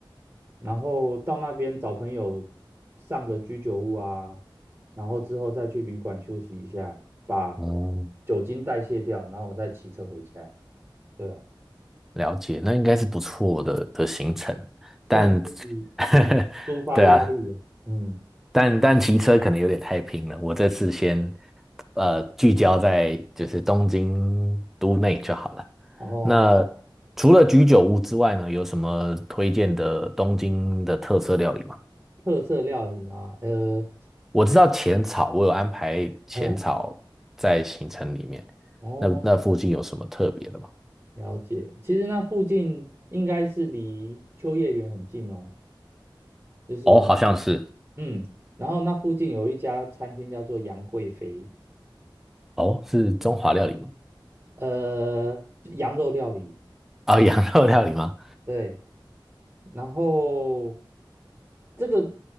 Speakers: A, on the right; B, in the centre.
A: 然后到那边找朋友上个居酒屋啊，然后之后再去旅馆休息一下，把
B: 哦，
A: 酒精代谢掉，然后我再骑车回家。对啊，
B: 了解，那应该是不错的的行程，
A: 算是
B: 但
A: 嗯抒发压力啊，
B: <laughs> 对啊，
A: 嗯，
B: 但但骑车可能有点太拼了。我这次先呃聚焦在就是东京都内就好了。
A: 哦。
B: 那除了居酒屋之外呢，有什么推荐的东京的特色料理吗？
A: 特色料理吗？呃，
B: 我知道浅草，我有安排浅草在行程里面。
A: 嗯，哦，
B: 那那附近有什么特别的吗？
A: 了解。其实那附近应该是离秋叶原很近哦，就是
B: 哦，好像是，
A: 嗯，然后那附近有一家餐厅叫做杨贵妃，
B: 哦，是中华料理吗？
A: 呃，羊肉料理，
B: 啊、<laughs> 羊肉料理吗？
A: 对。然后这个